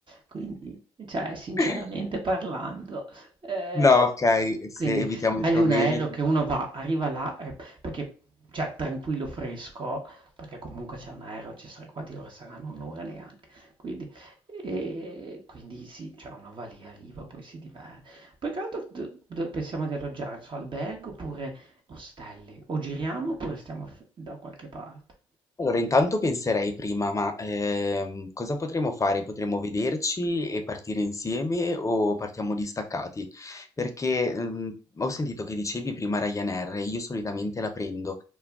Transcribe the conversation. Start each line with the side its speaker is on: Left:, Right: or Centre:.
Right: Quindi cioè sinceramente
Left: <laughs>
Right: parlando, ehm,
Left: No, ok, se
Right: quindi
Left: evitiamo
Right: meglio
Left: i problemi.
Right: un aereo che uno va arriva là e perché cioè tranquillo, fresco, perché comunque c'è un aereo, ci sarà, quanti ore saranno? Un'ora neanche. Quindi, e quindi sì, cioè uno va lì, arriva, poi si diverte. Poi che altro d- dove pensiamo di alloggiare? Non So, albergo oppure ostelli? O giriamo oppure stiamo f- da qualche parte?
Left: Allora, intanto penserei prima, ma ehm, cosa potremmo fare? Potremmo vederci e partire insieme o partiamo distaccati? Perché mm, ho sentito che dicevi prima Ryanair, e io solitamente la prendo.